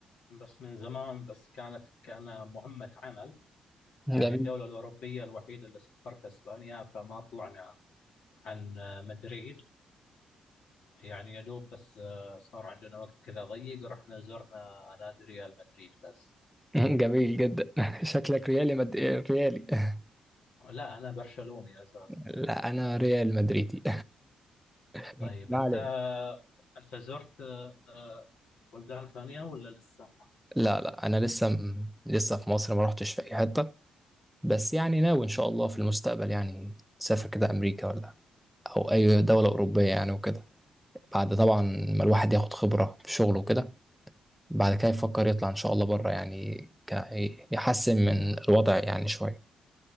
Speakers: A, on the left (about 70°); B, in the centre.
A: بس من زمان بس كانت كمهمة عمل يعني
B: جميل
A: الدولة الأوروبية الوحيدة اللي سافرت أسبانيا فما طلعنا عن مدريد يعني يا دوب بس آه، صار عندنا وقت كذا ضيق رحنا زرنا نادي ريال مدريد بس
B: <laughs> جميل جدا <laughs> شكلك ريالي مد... ريالي <laughs>
A: لا أنا برشلوني أساسا
B: لا انا ريال مدريدي <laughs>
A: طيب
B: ما
A: أنت
B: عليك
A: أنت زرت آه، آه، بلدان ثانية ولا لسه؟
B: لا لا انا لسه م... لسه في مصر ما رحتش في اي حته بس يعني ناوي ان شاء الله في المستقبل يعني سافر كده امريكا ولا او اي دوله اوروبيه يعني وكده بعد طبعا ما الواحد ياخد خبره في شغله وكده بعد كده يفكر يطلع ان شاء الله بره يعني ك... يحسن من الوضع يعني شويه